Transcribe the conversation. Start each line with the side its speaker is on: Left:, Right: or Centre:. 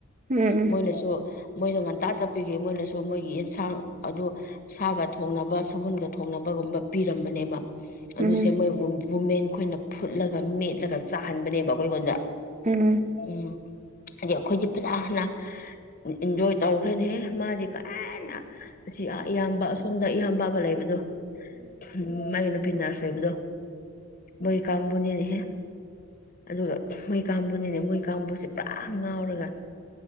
Right: ꯎꯝ
Left: ꯃꯣꯏꯅꯁꯨ ꯃꯣꯏꯗ ꯉꯟꯇꯥ ꯆꯠꯄꯒꯤ ꯃꯣꯏꯅꯁꯨ ꯃꯣꯏꯒꯤ ꯑꯦꯟꯁꯥꯡ ꯑꯗꯨ ꯁꯥꯒ ꯊꯣꯡꯅꯕ ꯁꯒꯨꯟꯒ ꯊꯣꯡꯅꯕꯒꯨꯝꯕ ꯄꯤꯔꯝꯕꯅꯦꯕ ꯑꯗꯨꯁꯦ
Right: ꯎꯝ
Left: ꯃꯣꯏꯋꯨꯝ ꯋꯨꯃꯦꯟ ꯈꯣꯏꯅ ꯐꯨꯠꯂꯒ ꯃꯦꯠꯂꯒ ꯆꯥꯍꯟꯕꯅꯦꯕ ꯑꯩꯈꯣꯏ ꯈꯨꯟꯗ
Right: ꯎꯝ
Left: ꯎꯝ ꯍꯥꯏꯗꯤ ꯑꯩꯈꯣꯏꯗꯤ ꯐꯖꯅ ꯏꯟꯖꯣꯏ ꯇꯧꯈ꯭ꯔꯦꯅꯦꯍꯦ ꯃꯥꯖꯤ ꯀꯥꯅꯥꯅ ꯑꯁꯤ ꯏꯌꯥꯝꯕ ꯑꯁꯣꯝꯗ ꯏꯌꯥꯝꯕ ꯑꯃ ꯂꯩꯕꯗꯣ ꯎꯝ ꯃꯥꯒꯤ ꯅꯨꯄꯤ ꯅꯔꯁ ꯑꯣꯏꯕꯗꯣ ꯃꯣꯏꯒꯤ ꯀꯥꯡꯕꯨꯅꯤꯅꯦꯍꯦ ꯑꯗꯨꯒ ꯃꯣꯏ ꯀꯥꯡꯕꯨꯅꯤꯅꯦꯍꯦ ꯃꯣꯏ ꯀꯥꯡꯕꯨꯁꯤ ꯄꯨꯔꯥ ꯉꯥꯎꯔꯒ